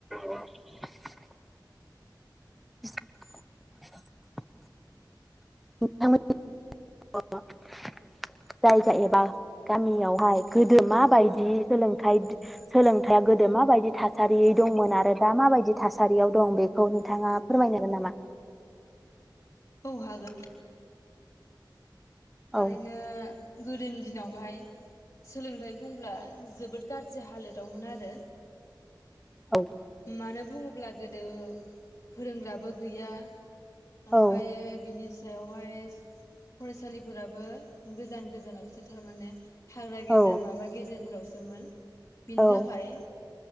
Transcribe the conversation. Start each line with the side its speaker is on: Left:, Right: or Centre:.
Centre: <inaudible> <inaudible> नोंथांमोनि <unintelligible> जायगा एबा गामियावहाय गोदो माबायदि सोलोंथाय सोलोंथाया गोदो माबायदि थासारि दंमोन आरो दा माबायदि थासारियाव दं बेखौ नोंथाङा फोरमायनो हागोन नामा?
Left: औ हागोन। थारैनो
Centre: औ
Left: गोदोनि दिनावहाय सोलोंथाइ बुंब्ला जोबोद गाज्रि हालोदावमोन आरो
Centre: औ
Left: मानो बुङोब्ला गोदो फोरोंग्राबो गैया ओमफायो
Centre: औ
Left: बि नि सायावहाय फरायसालिफोराबो गोजान गोजानावसो थारमाने हाग्रा गेजेर
Centre: औ
Left: माबा गेजेर फोराव दोमोन। बिनि
Centre: औ
Left: थाखाय